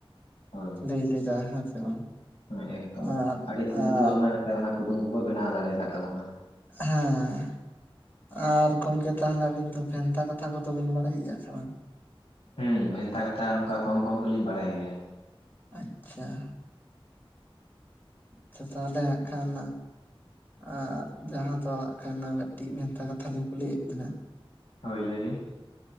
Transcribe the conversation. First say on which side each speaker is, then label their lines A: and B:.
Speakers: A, on the left; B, on the left.
A: ᱦᱳᱭ
B: ᱞᱟᱹᱭ ᱞᱮᱫᱟ ᱦᱮ ᱥᱮ ᱵᱟᱝ,
A: ᱦᱮᱸ ᱮᱠᱫᱚᱢ
B: ᱟᱨ
A: ᱟᱹᱰᱤ ᱪᱤᱱᱛᱟᱹ
B: ᱟᱨ
A: ᱵᱷᱟᱵᱽᱱᱟ ᱠᱟᱛᱮᱫ ᱚᱱᱟ ᱠᱩᱫᱩᱢ ᱠᱚᱠᱚ ᱵᱮᱱᱟᱣ ᱫᱟᱲᱮ ᱟᱠᱟᱫ ᱛᱟᱵᱚᱱᱟ‌ ᱾
B: ᱦᱮᱸ ᱟᱨ ᱜᱚᱢᱠᱮ ᱛᱟᱦᱚᱞᱮ ᱟᱵᱤᱱ ᱫᱚ ᱵᱷᱮᱱᱛᱟ ᱠᱟᱛᱷᱟ ᱠᱚᱫᱚ ᱵᱤᱱ ᱵᱟᱲᱟᱭ ᱜᱮᱭᱟ ᱥᱮ ᱵᱟᱝ?
A: ᱦᱸ ᱵᱷᱮᱱᱛᱟ ᱠᱟᱛᱷᱟ ᱚᱱᱠᱟ ᱠᱚᱢ ᱠᱚᱢ ᱜᱮᱞᱤᱧ ᱵᱟᱲᱟᱭ ᱜᱮᱭᱟ ᱾
B: ᱟᱪᱪᱷᱟ ᱾ ᱛᱟᱦᱚᱞᱮ ᱦᱟᱸᱜ ᱠᱷᱟᱱ ᱟᱨ ᱡᱟᱦᱟᱸ ᱫᱚ ᱠᱷᱟᱱ ᱢᱤᱫᱴᱤᱡ ᱵᱷᱮᱱᱛᱟ ᱠᱟᱛᱷᱟ ᱞᱤᱧ ᱠᱩᱞᱤᱭᱮᱫ ᱵᱤᱱᱟ᱾
A: ᱦᱳᱭ ᱞᱟᱹᱭ ᱵᱤᱱ ᱾